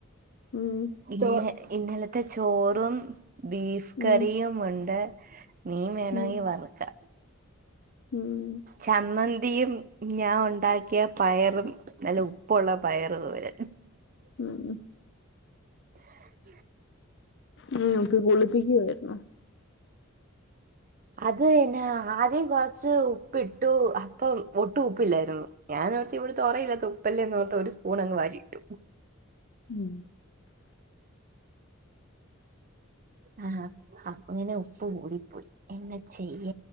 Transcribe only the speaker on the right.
ജോ ഇന്നലത്തെ ചോറും ബീഫ്
കറിയും ഉണ്ട് ഉ മീൻ വേണോങ്കി
വർക്കാം
ചമ്മന്തിയും ഞാൻ ഉണ്ടാക്കിയ പയറും നല്ല ഉപ്പുള്ള പയറ തോരനും
ഉ
അത് എന്നെ ആദ്യം കുറച്ച് ഉപ്പി ട്ടു അപ്പം ഒട്ടും ഉപ്പില്ലായിരുന്നു ഞാൻ നേരത്തെ ഇവിടെ തോരൻ ഇല്ലാത്തോ ഉപ്പല്ലേന്ന് ഓർത്തു ഒരു സ്പൂൺ അങ്ങ് വാരി ഇട്ടു
ആഹ് അപ്പ് ഇങ്ങനെ ഉപ്പ് കൂടിപ്പോയി എന്നെ ചെയ്യ്